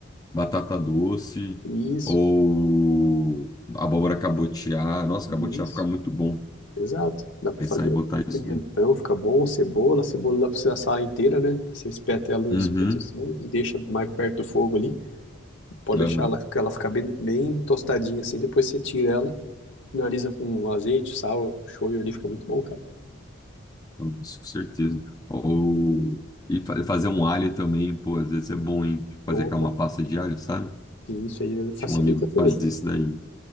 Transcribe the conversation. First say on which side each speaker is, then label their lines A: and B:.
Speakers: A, on the left; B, on the left.
A: batata doce
B: Isso,
A: ou abóbora cabotiá. Nossa,
B: isso.
A: cabotiá fica muito bom
B: Exato. Dá pra
A: pensar
B: fazer.
A: em botar isso
B: Pimentão
A: daí.
B: fica bom, cebola. Cebola dá pra você assar ela inteira, né? Você espeta ela no
A: Uhum,
B: espeto assim e deixa mais perto do fogo ali. Pode
A: aham,
B: deixar ela, ela ficar bem, bem tostadinha assim. Depois você tira ela, finaliza com azeite, sal, shoyu ali. Fica muito bom, cara.
A: Nossa, com certeza. Ou e fa- fazer um alho também, pô, às vezes é bom, hein? Fazer
B: Opa,
A: aquela uma pasta de alho, sabe?
B: e isso aí facilita
A: Tinha um amigo que
B: também.
A: fazia isso daí.